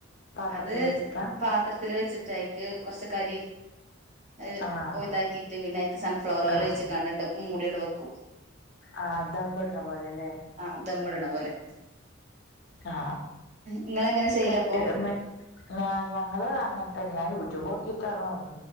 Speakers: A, on the left; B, on the right.
A: പാത്രത്തിൽ
B: അത്
A: വെച്ചിട്ടാ
B: പാത്രത്തില്ൽ വെച്ചിട്ട് അയ്ക്ക് കൊറച്ച്കരി അത്
A: ആഹ്
B: ഇതാക്കിയിട്ട് പിന്നെ എക്ക് സൺഫ്ലവർ ഓയിൽ
A: ആഹ്
B: വെച്ച് കാണ്ട് ആണ്ട് മൂടിയാണ്ട് വെക്കും
A: ആ ദമ്മ്ട്ണപോലെല്ലേ
B: ആ ദമ്മിടണ പോലെ
A: ആ
B: നിങ്ങളെങ്ങനെ ചെയ്യലപ്പോ
A: കെട്ട <unintelligible> ഞ ഞങ്ങള് അങ്ങനെത്തന്നെ ഞാൻ യൂട്യൂബ് നോക്കിട്ടാണ് ന്ന്